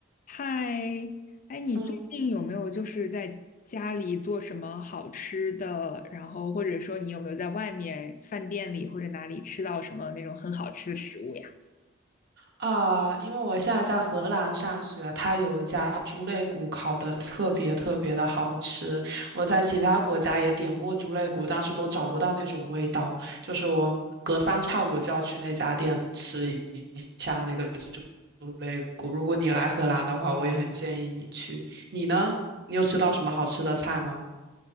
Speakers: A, on the left; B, on the right.
A: 嗨，哎，你最近有没有就是在家里做什么好吃的？
B: 嗯
A: 然后或者说你有没有在外面饭店里或者哪里吃到什么那种很好吃的食物呀？
B: 啊，因为我现在在荷兰上学，它有一家猪肋骨烤得特别特别的好吃。我在其他国家也点过猪肋骨，但是都找不到那种味道。就是我隔三差五就要去那家店吃一下那个猪猪肋骨。如果你来荷兰的话，我也很建议你去。你呢？你有吃到什么好吃的菜吗？